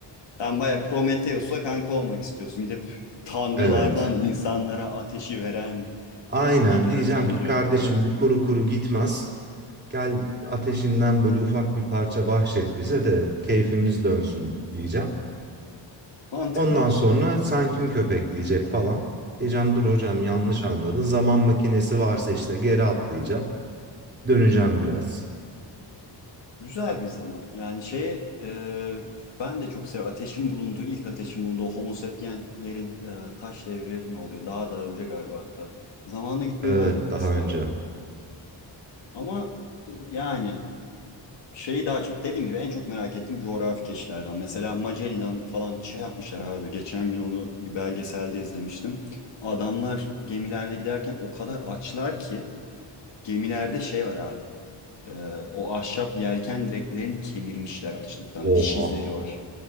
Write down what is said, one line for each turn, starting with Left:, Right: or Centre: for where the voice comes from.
Left: Sen baya Prometheus'la kanka olmak istiyorsun. Gidip tanrılardan
Right: Evet.
Left: insanlara ateşi veren
Right: Aynen
Left: yarı
Right: diyeceğim
Left: tanrı
Right: ki kardeşim
Left: olarak.
Right: bu kuru kuru gitmez. Gel ateşinden böyle ufak bir parça bahşet bize de keyfimiz dönsün diyeceğim.
Left: Mantıklı.
Right: Ondan sonra sen kim köpek diyecek falan. Diyeceğim dur hocam yanlış anladın. Zaman makinesi varsa işte geri atlayacağım. Döneceğim biraz.
Left: Güzel bir zaman. Yani şeye e, ben de çok seviyorum. Ateşin bulunduğu, ilk ateşin bulunduğu Homo sapienslerin e, taş devri mi oluyor? Daha da önce galiba hatta. Zamanla gitmeyi
Right: Evet
Left: ben de
Right: daha
Left: isterdim.
Right: önce.
Left: Ama e, yani Şeyi daha çok dediğim gibi en çok merak ettiğim coğrafi keşiflerden. Mesela Magellan falan şey yapmışlar abi. Geçen gün onu bir belgeselde izlemiştim. Adamlar gemilerde giderken o kadar açlar ki gemilerde şey var abi. Ee, o ahşap yelken direklerini kemirmişler açlıktan.
Right: Oha
Left: Diş izleri var.